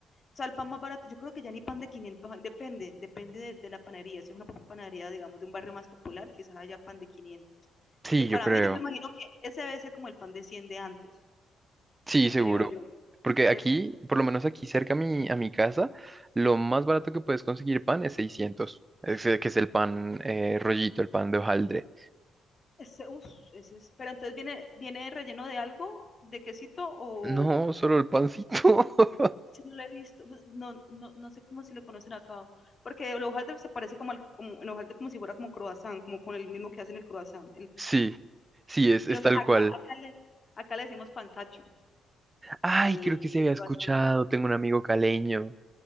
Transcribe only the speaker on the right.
Sí,
yo creo.
Sí, seguro.
Porque
aquí, por lo menos aquí cerca a mi, a mi casa, lo más barato que puedes conseguir pan es 600. es, eh, que es el pan eh, rollito, el pan de hojaldre.
No, solo el pancito. <laughs>
Sí, sí, es,
es
tal
cual.
Ay,
creo que se
había escuchado,
tengo un amigo caleño.